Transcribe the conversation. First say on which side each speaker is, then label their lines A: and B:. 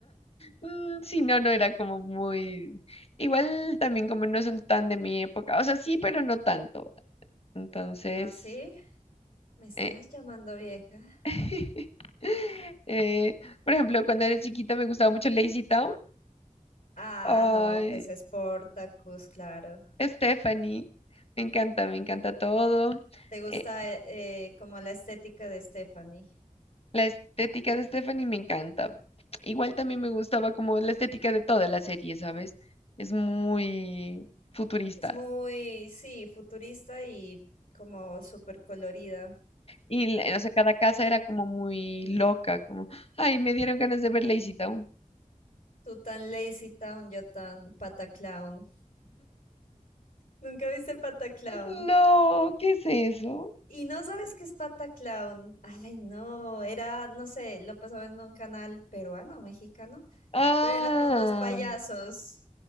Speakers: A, on the left (about 45°); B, on the left (about 85°).
A: Mm, Sí, no, no era como muy... Igual también como no son tan de mi época. O sea, sí, pero no tanto. Entonces,
B: ¿Ah, sí? ¿Me estás
A: eh,
B: llamando vieja?
A: <laughs> eh, por ejemplo, cuando era chiquita me gustaba mucho Lazy Town.
B: Ah,
A: Ay,
B: no, pues es Portacus, claro.
A: Stephanie, me encanta, me encanta todo.
B: ¿Te gusta
A: Eh,
B: eh, eh, como la estética de Stephanie?
A: la estética de Stephanie me encanta. Igual también me gustaba como la estética de toda la serie, ¿sabes? Es muy futurista.
B: Es muy, sí, futurista y como súper colorida.
A: Y, la- o sea, cada casa era como muy loca, como, ay, me dieron ganas de ver Lazy Town.
B: Tú tan Lazy Town, yo tan Pataclown. ¿Nunca viste Pataclown?
A: No, ¿qué es eso?
B: ¿Y no sabes qué es Pataclown? Ay, no, era, no sé, lo pasaba en un canal peruano, mexicano,
A: Ah.
B: pero eran unos payasos.